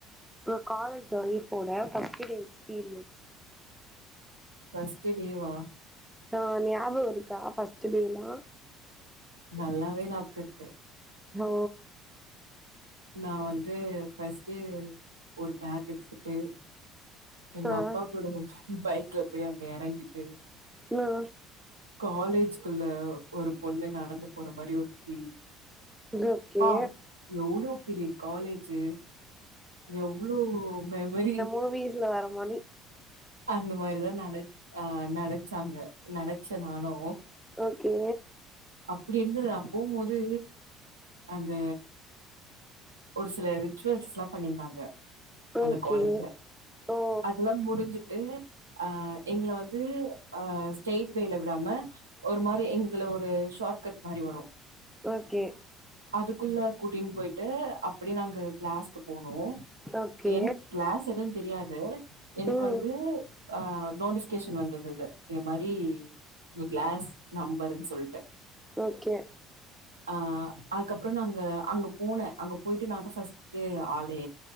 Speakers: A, in the centre; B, on the right (about 80°).
A: ஒங்க காலஜ் லைஃபோட ஃபஸ்டு டே எக்ஸ்பீரியன்ஸ்
B: ஃபஸ்ட்டுடேவா
A: ஆ ஞாபகோ இருக்கா ஃபர்ஸ்ட்டு டேலா
B: நல்லாவே ஞாபக இருக்கு
A: ஓ
B: நா வந்து ஃபஸ்ட் டே ஒரு பேக எத்துகிட்டு எங்க
A: ஆ
B: அப்பா கூட பைக்ல போய் அங்க எறங்கிட்டு
A: நா
B: காலேஜ்குள்ள ஒரு பொண்ணு நடந்து போற மாரி ஒரு ஃபீல்
A: ஓகே
B: ப்பா! எவ்ளோ பெரிய காலேஜ்ஜு எவ்ளோ மெமரி
A: மூவீஸ்ல வர மாரி
B: அந்த மாரிதா நன ஆ நனச்சாங்க நனச்ச நானு
A: ஓகே
B: அப்படி இருந்தது அப் போம்போது அந்த ஒரு சில ரிச்சுவல்ஸ்லாம் பண்ணியிருந்தாங்க அந்த
A: ஓகே
B: காலேஜுல
A: ஓ
B: அதலா முடிஞ்சுட்டு அ எங்கள வந்து அ ஸ்டைட் வேல விடாம ஒரு மாரி எங்கதுல ஒரு ஷார்ட் கட் மாரி வரு
A: ஓகே
B: அதுகுள்ள கூட்டின் போயிட்டு அப்படே நாங்க கிளாஸ்க்கு போனோ
A: ஓகே
B: எனக்கு கிளாஸ் எது தெரியாது எனக்கு
A: ம்
B: வந் ஆ நோட்டிஃபிகேஷன் வந்துருந்துது இத மாரி உங்க கிளாஸ் நம்பருன் சொல்ட்டு
A: ஓகே
B: ஆ அதுக்கப்றோ நா அங்க அங்க போனே அங்க போயிட்டு நா தா ஃபஸ்ட் ட்டு ஆளே